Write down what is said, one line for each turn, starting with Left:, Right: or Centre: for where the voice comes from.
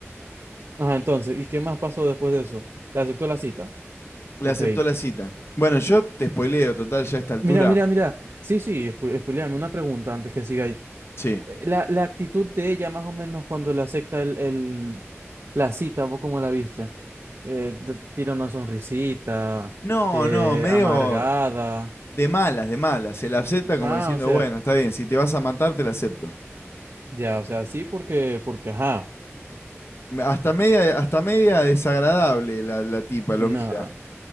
Right: Ajá, entonces, ¿y qué más pasó después de eso? Le aceptó la cita.
Left: le
Right: Ok.
Left: aceptó la cita. Bueno, yo te spoileo, total, ya a esta altura.
Right: Mira, mira, mira. Sí, sí, espo- espoiléame una pregunta antes que siga ahí.
Left: Sí.
Right: Eh, La, la actitud de ella, más o menos, cuando le acepta el, el, la cita, ¿vos cómo la viste? eh, t- tira una sonrisita,
Left: No,
Right: eh,
Left: no, medio
Right: amargada.
Left: de malas, de malas. Se la acepta como
Right: Ah,
Left: diciendo,
Right: o sea,
Left: bueno, está bien, si te vas a matar, te la acepto.
Right: ya, o sea, sí, porque, porque, ajá,
Left: Me- Hasta media, hasta media desagradable la, la tipa, lo
Right: no
Left: mira.